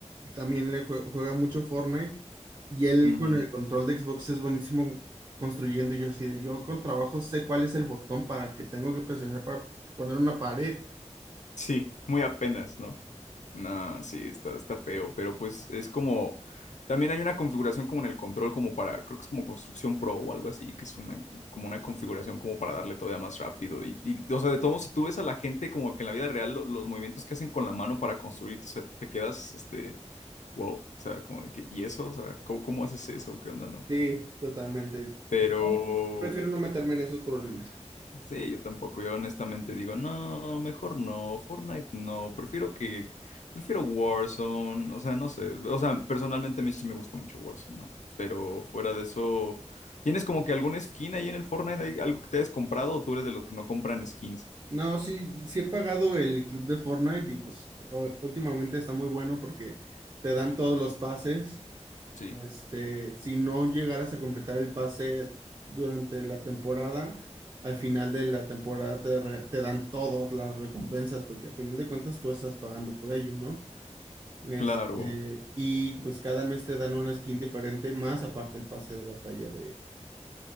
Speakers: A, on the right; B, on the left.
A: también le jue- juega mucho Fortnite y él
B: Ujú.
A: con el control de Xbox es buenísimo construyendo. y Yo así, de, yo con trabajo sé cuál es el botón para que tengo que presionar para poner una pared.
B: Sí, muy apenas, ¿no? No, sí, está, está feo, pero pues es como, también hay una configuración como en el control, como para, creo que es como construcción pro o algo así, que es una, como una configuración como para darle todavía más rápido. Y, y, o sea, de todo modo, si tú ves a la gente como que en la vida real, lo- los movimientos que hacen con la mano para construir, o sea, te quedas, este, wow, o sea, como de que, ¿y eso? O sea, ¿cómo, cómo haces eso? ¿Qué onda, no?
A: Sí, totalmente.
B: Pero,
A: Prefiero no meterme en esos problemas.
B: Sí, yo tampoco. Yo honestamente digo, no, mejor no, Fortnite no, prefiero que, prefiero Warzone, o sea, no sé, o sea, personalmente a mí sí me gusta mucho Warzone, ¿no? Pero fuera de eso, ¿tienes como que alguna skin ahí en el Fortnite, hay algo que te hayas comprado o tú eres de los que no compran skins?
A: No, sí, sí he pagado el club de Fortnite y pues o- últimamente está muy bueno porque te dan todos los pases.
B: Sí.
A: Este, si no llegaras a completar el pase durante la temporada, al final de la temporada te, re- te dan todas las recompensas, porque al final de cuentas tú estás pagando por ello, ¿no? Este,
B: Claro,
A: y pues cada mes te dan una skin diferente, más aparte el pase de batalla de,